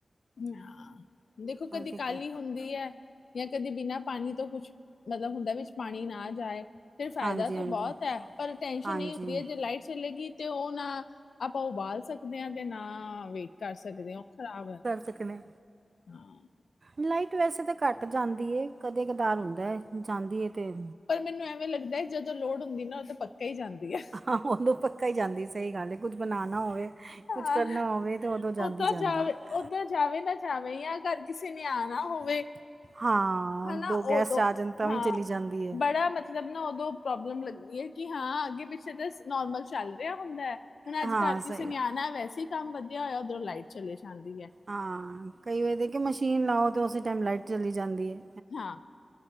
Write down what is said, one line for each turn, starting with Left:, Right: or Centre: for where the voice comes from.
Left: ਹਾਂ, ਦੇਖੋ ਕਦੀ
Right: ਹਾਂ, ਠੀਕ
Left: ਕਾਹਲੀ
Right: ਹੈ
Left: ਹੁੰਦੀ ਐ। ਜਾਂ ਕਦੇ ਬਿਨਾਂ ਪਾਣੀ ਤੋਂ ਕੁਛ, ਮਤਲਬ ਹੁੰਦਾ ਵਿੱਚ ਪਾਣੀ ਨਾ ਜਾਏ ਫਿਰ, ਫਾਇਦਾ
Right: ਹਾਂਜੀ
Left: ਤਾਂ
Right: ਹਾਂਜੀ
Left: ਬਹੁਤ ਐ, ਪਰ ਟੈਨਸ਼ਨ
Right: ਹਾਂਜੀ
Left: ਇਹੀ ਹੁੰਦੀ, ਜੇ ਲਾਈਟ ਚਲੇਗੀ, ਤੇ ਉਹ ਨਾ ਆਪਾਂ, ਉਬਾਲ ਸਕਦੇ ਹਾਂ ਤੇ ਨਾ ਵੇਟ ਕਰ ਸਕਦੇ ਹਾਂ, ਉਹ ਖ਼ਰਾਬ
Right: ਤੇ ਕਿਵੇਂ?
Left: ਹਮ।
Right: ਲਾਈਟ ਵੈਸੇ ਤਾਂ ਘੱਟ ਜਾਂਦੀ ਏ, ਕਦੇ ਕਧਾਰ ਹੁੰਦਾ ਜਾਂਦੀ ਤੇ
Left: ਪਰ ਮੈਨੂੰ ਐਵੇਂ ਲੱਗਦਾ ਹੈ, ਜਦੋਂ ਲੋੜ ਹੁੰਦੀ ਨਾ ਓਦੋ ਪਕਾ ਹੀ ਜਾਂਦੀ ਐ
Right: ਆ ਹੋ ਉਦੋਂ ਪੱਕਾ ਹੀ ਜਾਂਦੀ, ਸਹੀ ਗੱਲ ਹੈ ਕੁੱਝ ਬਣਾਣਾ ਹੋਵੇ ਕੁਝ
Left: ਹਾਂ
Right: ਕਰਨਾ ਹੋਵੇ ਤਾਂ ਉਦੋਂ ਜਾਂਦੀ
Left: ਉਦਾਂ
Right: ਜਾਂਦੀ
Left: ਜਾਵੇ,
Right: ਹੈ।
Left: ਉਦਾਂ ਜਾਵੇ ਨਾ ਐ ਵੀ ਅਹ ਘਰ, ਕਿਸੇ ਨੇ ਆਨਾ ਹੋਵੇ
Right: ਹਾਂ।
Left: ਹਨਾ
Right: ਦੋ
Left: ਉਦੋਂ
Right: ਗੈਸਟ ਆ ਜਾਣ ਤਾਂ
Left: ਹਾਂ,
Right: ਵੀ ਚਲੀ ਜਾਂਦੀ ਹੈ
Left: ਬੜਾ ਮ ਮਤਲਬ ਨਾ, ਉਦੋਂ ਪ੍ਰੋਬਲਮ ਲੱਗਦੀ ਹੈ ਕਿ, ਹਾਂ ਅੱਗੇ -ਪਿੱਛੇ ਨੋਰਮਲ ਚੱਲ ਰਿਹਾ ਹੁੰਦਾ ਹੁਣ,, ਅੱਜ
Right: ਹਾਂ
Left: ਕਰ
Right: ਸਹੀ
Left: ਕਿਸੇ ਨੇ
Right: ਗੱਲ।
Left: ਆਣਾ, ਵੈਸੇ ਹੀ ਕੰਮ ਵਧਿਆ ਹੋਇਆ, ਉਧਰੋਂ ਲਾਈਟ ਚਲੀ ਜਾਂਦੀ ਏ
Right: ਹਾਂ, ਕਈ ਵਾਰੀ ਕਿ ਮਸ਼ੀਨ ਲਾਓ, ਤੇ ਉਸੇ ਟਾਈਮ ਲਾਈਟ ਚਲੀ ਜਾਂਦੀ ਏ
Left: ਹਾਂ